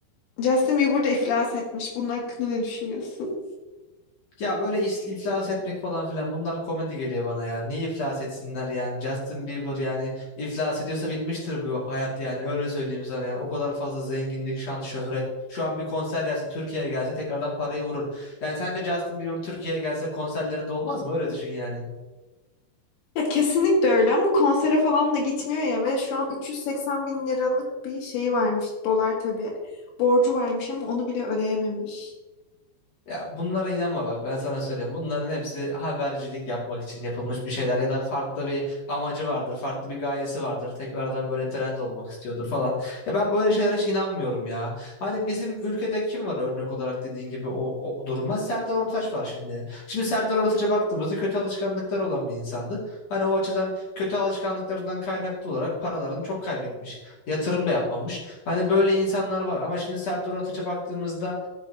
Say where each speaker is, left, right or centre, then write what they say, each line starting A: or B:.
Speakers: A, on the left (about 85°); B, on the left (about 45°).
A: Justin Bieber de iflas etmiş. Bunun hakkında ne düşünüyorsun?
B: Ya böyle is- iflas etmek falan filan bunlar komedi geliyor bana ya. Niye iflas etsinler yani? Justin Bieber yani iflas ediyorsa bitmiştir bu hayat yani. Öyle söyleyeyim sana yani. O kadar fazla zenginlik, şan, şöhret. Şu an bir konser gelse Türkiye'ye gelse tekrardan parayı vurur. Yani sence Justin Bieber Türkiye'ye gelse konserleri dolmaz mı? Öyle düşün yani.
A: Ya kesinlikle öyle ama konsere falan da gitmiyor ya ve şu an 380 bin liralık bir şeyi varmış. Dolar tabii. Borcu varmış ama onu bile ödeyememiş.
B: Ya bunlara inanma bak ben sana söyleyeyim. Bunların hepsi habercilik yapmak için yapılmış bir şeyler ya da farklı bir amacı vardır, farklı bir gayesi vardır. Tekrardan böyle trend olmak istiyordur falan. Ya ben böyle şeylere hiç inanmıyorum ya. Hani bizim ülkede kim var örnek olarak dediğin gibi o, o duruma? Serdar Ortaç var şimdi. Şimdi Serdar Ortaç'a baktığımızda kötü alışkanlıklar olan bir insandı. Hani o açıdan kötü alışkanlıklarından kaynaklı olarak paralarını çok kaybetmiş. Yatırım da yapmamış. Hani böyle insanlar var ama şimdi Serdar Ortaç'a baktığımızda